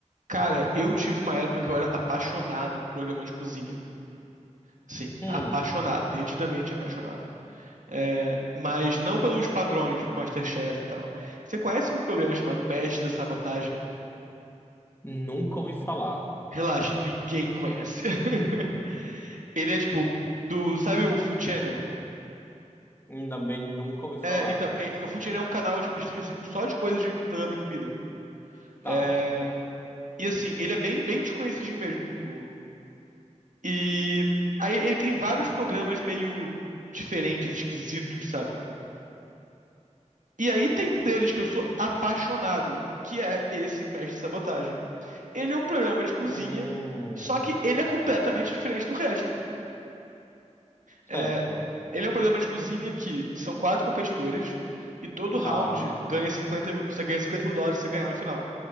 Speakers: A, on the right (about 85°); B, on the left (about 20°).
A: Cara, eu tive uma época que eu era apaixonado por programa de cozinha. Sim,
B: Hum,
A: apaixonado, perdidamente apaixonado. É, mas não pelos padrões, tipo MasterChef e tal. Você conhece um programa chamado Mestre da Sabotagem?
B: nunca ouvi falar.
A: Relaxa, ninguém conhece. <laughs> Ele é tipo do, sabe o Food Channel?
B: Ainda bem, nunca ouvi
A: É,
B: falar.
A: então, é- o Food Channel é um canal tipo, específico só de coisa de programa de comida.
B: Tá.
A: É, e assim, ele é bem, bem desconhecidinho mesmo, tipo, E aí ele tem vários programas meio diferentes, esquisitos, sabe? E aí tem um deles que eu sou apaixonado, que é esse Mestre Sabotagem. Ele é um programa de cozinha,
B: Hum,
A: só que ele é completamente diferente do resto.
B: certo.
A: É, ele é um programa de cozinha que são quatro competidores e todo round
B: Tá,
A: ganha 50 mil, você ganha 50 mil dólares se você ganhar no final.